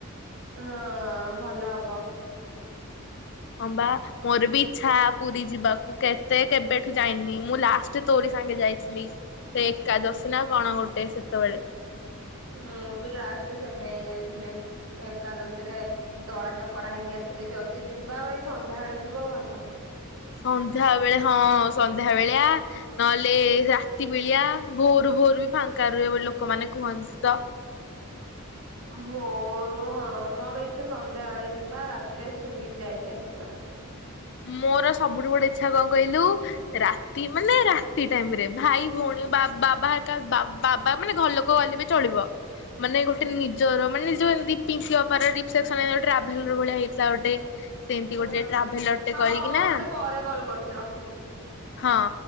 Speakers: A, on the right; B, on the left.
A: ହଁ ଭଲ ହବ।
B: ହଁ ବା ମୋର ବି ଇଚ୍ଛା ପୁରୀ ଯିବାକୁ। କେତେ କେବେଠୁ ଯାଇନି ମୁଁ ଲାଷ୍ଟ ତୋରି ସାଙ୍ଗେ ଯାଇଥିଲି। ସେ ଏକା ଦଶନା କଣ ଗୋଟେ ସେ ତବଳେ
A: ମୁଁ ବି ଲାଷ୍ଟ ସେବେ ହି ଯାଇଥିଲି। ଏକାଦଶୀରେ ଦଳା ଚକଡା ହେଇକି ଆସିଥିଲି ଯଦି ଯିବା ଭାଇ ସନ୍ଧ୍ୟା ବଳେ ଯିବା ଭଲ।
B: ସନ୍ଧ୍ୟା ବେଳେ ହଁ ସନ୍ଧ୍ୟା ବେଳିଆ ନହେଲେ ରାତି ବିଳିଆ ଭୋର ଭୋର ବି ଫାଙ୍କା ରୁହେ ଲୋକମାନେ କୁହନ୍ତି ତ
A: ଭୋରୁ ହଁ ମୋର ଇଚଛା ସନ୍ଧ୍ୟାବେଳେ ଯିବା ରାତିରେ ସୁବିଚ ଯାଇକି ଆସିବା।
B: ମୋର ସବୁଠୁ ବଡେ ଇଚ୍ଛା କଣ କହିଲୁ ରାତି ମାନେ ରାତି ଟାଇମରେ ଭାଇ ଭଉଣୀ ବାବା ବାବା ମାନେ ଘର ଲୋକ ଗଲେ ବି ଚଳିବ ମାନେ ଗୋଟେ ନିଜର ମାନେଉ ଏମିତି ପିଙ୍କ ବାପାର୍ରାଭେଲ ଭଳିଆ ହେଇଥିଲା ଗୋଟେ ସେମିତି
A: ହଁ
B: ଗୋଟେ ଟ୍ରାଭେଲର।
A: ହଁ
B: କରିକି
A: ହଉ
B: ନା।
A: ମୁଁ ତୋତେ ପରେ କଲ୍ କରୁଛି ରଖୁଛି।
B: ହଁ।